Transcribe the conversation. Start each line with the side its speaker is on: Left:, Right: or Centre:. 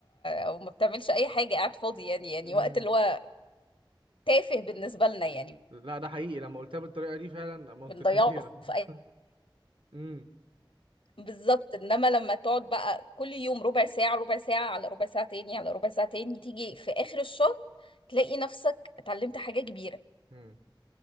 Left: او ما بتعملش اي حاجة قاعد فاضي يعني يعني
Right: مم.
Left: وقت اللي هو تافه بالنسبة لنا يعني
Right: لا ده حقيقي لما قلتها بالطريقة دي فعلا منطقية
Left: بنضيعه في
Right: <laughs> امم
Left: بالظبط انما لما تقعد بقى كل يوم ربع ساعة ربع ساعة على ربع ساعة تاني على ربع ساعة تاني تيجي في آخر الشهر تلاقي نفسك اتعلمت حاجة كبيرة
Right: امم